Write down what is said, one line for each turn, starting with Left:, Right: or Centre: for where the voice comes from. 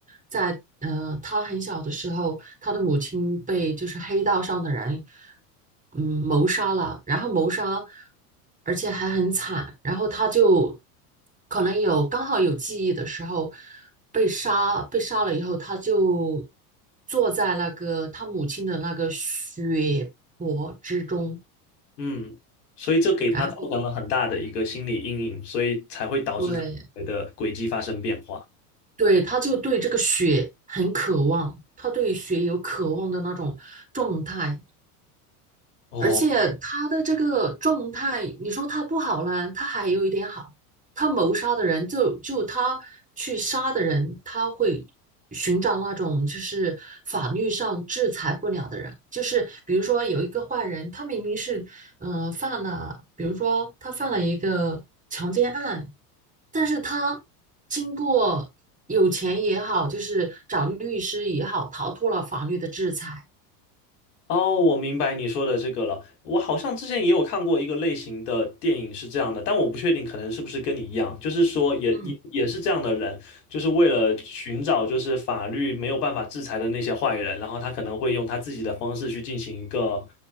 Right: 在呃，他很小的时候，他的母亲被就是黑道上的人嗯谋杀了，然后谋杀，而且还很惨，然后他就可能有刚好有记忆的时候被杀，被杀了以后，他就坐在那个他母亲的那个血泊之中，
Left: 嗯，所以就给他造成了很大的一个心理阴影，
Right: 然后
Left: 所以才会导致他的轨迹发生变化。
Right: 对。对，他就对这个血很渴望，他对血有渴望的那种状态，
Left: 哦，
Right: 而且他的这个状态，你说他不好呢，他还有一点好。他谋杀的人就就他去杀的人，他会寻找那种就是法律上制裁不了的人，就是比如说有一个坏人，他明明是嗯、呃犯了，比如说他犯了一个强奸案，但是他经过有钱也好，就是找律师也好，逃脱了法律的制裁。
Left: 哦，我明白你说的这个了。我好像之前也有看过一个类型的电影是这样的，但我不确定可能是不是跟你一样，就是说也也也是这样的人，
Right: 嗯，
Left: 就是为了寻找就是法律没有办法制裁的那些坏人，然后他可能会用他自己的方式去进行一个